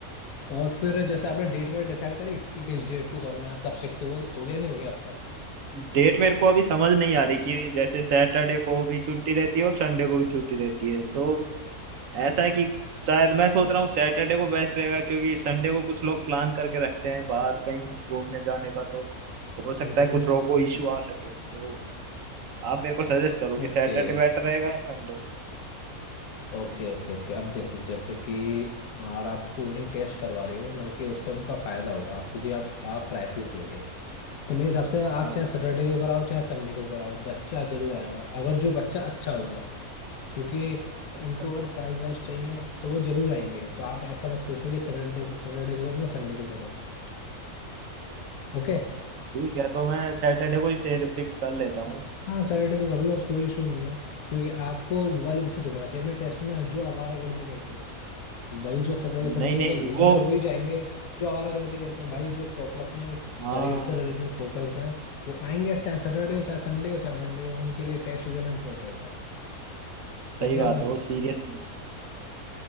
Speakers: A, on the left; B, on the right.
A: और फिर जैसे आपने डेट वेट डिसाइड करी कि किस डेट को करना है सब फिक्स हो हो गया नहीं हो गया आपका
B: डेट मेरे को अभी समझ नहीं आ रही कि जैसे सैटरडे को भी छुट्टी रहती है और संडे को भी छुट्टी रहती है तो ऐसा है कि शायद मैं सोच रहा हूँ सैटरडे को बेस्ट रहेगा क्योंकि संडे को कुछ लोग प्लान करके रखते हैं बाहर कहीं घूमने जाने का तो हो
A: हम्म
B: सकता है
A: हम्म
B: कुछ लोगों को इश्यू
A: हम्म।
B: आ सके तो आप मेरे को सजेस्ट करो कि
A: ओके
B: सैटरडे बेटर रहेगा या संडे
A: ओके ओके ओके अब देखो जैसे कि और आप कोडिंग टेस्ट करवा रहे हो मतलब कि उससे उनका फायदा होगा आप क्योंकि आप आप प्राइसेस दोगे तो मेरे हिसाब से आप
B: हाँ
A: चाहे सैटरडे को कराओ चाहे संडे को कराओ बच्चा जरूर आएगा अगर जो बच्चा अच्छा होगा क्योंकि
B: अच्छा
A: उनको अगर प्राइस वाइज चाहिए तो वो जरूर आएंगे तो आप ऐसा मत सोचो कि सैटरडे को सैटरडे को करूँगा संडे को करूँ ओके
B: ठीक है तो मैं सैटरडे को ही फिर फिक्स कर लेता हूँ
A: हाँ सैटरडे को कर लो कोई इशू नहीं है क्योंकि आपको वो वाले बच्चे ढूंढना चाहिए अपने टेस्ट में जो आवारागर्दी करते हैं भाई जो सैटरडे संडे
B: नहीं नहीं
A: को तो घूमने
B: वो
A: वही जाएंगे जो आवारागर्दी करते हैं भाई जो प्रॉपर अपने
B: हाँ
A: करियर से रिलेटेड फोकस्ड हैं वो आएंगे चाहे सैटरडे हो चाहे संडे हो चाहे मंडे हो उनके लिए टेस्ट देना इंपॉर्टेंट है
B: सही
A: मैं कह
B: बात
A: रहा हूँ ना
B: है वो सीरियस